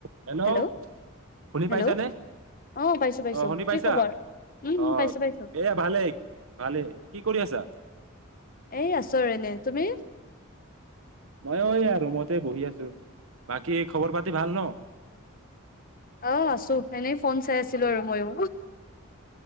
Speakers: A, on the right; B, on the left.
A: হেল্লো'শুনি
B: Hello hello
A: পাইছানে
B: অ পাইছো পাইছো
A: অ শুনি পাইছা
B: কি খবৰ উম
A: অ
B: উম পাইছো পাইছো
A: এয়া ভালে ভালে কি কৰি আছা?
B: এই আছো আৰু এনেই। তুমি?
A: মইও এইয়া ৰুমতে বহি আছো। বাকী খবৰ পাতি ভাল ন?
B: আহ আছো, এনেই ফোন চাই আছিলো আৰু মইো।